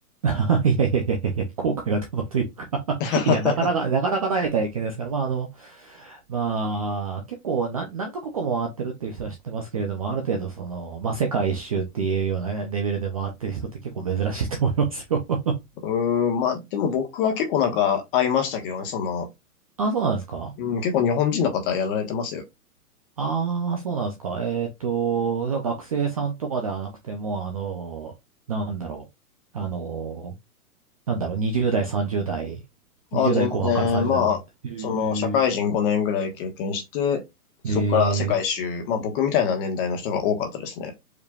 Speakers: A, on the right (about 25°); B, on the left (about 35°).
A: <laughs> いやいやいやいやいや、後悔がどうのというか <laughs>
B: <laughs>
A: いや、なかなか、なかなかない体験ですから、まあ、あの、まあ、結構何、何カ国も回ってるっていう人は知ってますけれども、ある程度その、まあ、世界一周っていうようなレベルで回ってる人って結構珍しいと思いますよ。<laughs>
B: うーん、まあ、でも僕は結構なんか会いましたけどね、その、
A: あ、そうなんですか
B: うん、結構日本人の方やられてますよ。
A: ああ、そうなんですか。えっと、学生さんとかではなくても、あの、なんだろう。あの、なんだろう、20代、30代、
B: ああ、
A: 20代後半から30代とかへ
B: 全然、まあ、その、社会人5年ぐらい経験して、
A: え、
B: そこから世界一周、
A: ええ、
B: まあ僕みたいな年代の人が多かったですね。